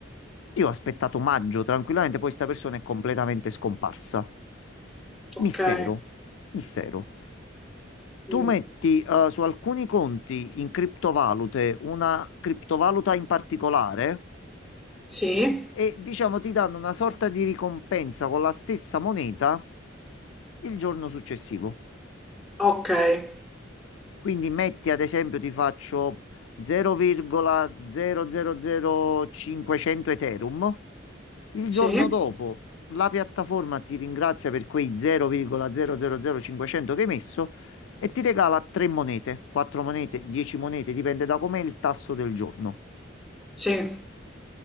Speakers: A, on the left (about 85°); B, in the centre.
A: Io ho aspettato maggio tranquillamente, poi sta persona è completamente scomparsa. Mistero,
B: Okay.
A: mistero. Tu
B: Mh.
A: metti eh, su alcuni conti in criptovalute una criptovaluta in particolare
B: Sì.
A: e diciamo ti danno una sorta di ricompensa con la stessa moneta il giorno successivo.
B: Okay.
A: Quindi metti ad esempio, ti faccio 0,000500 Ethereum. Il giorno
B: Sì.
A: dopo la piattaforma ti ringrazia per quei 0,000500 che hai messo e ti regala 3 monete, 4 monete, 10 monete, dipende da com'è il tasso del giorno.
B: Sì.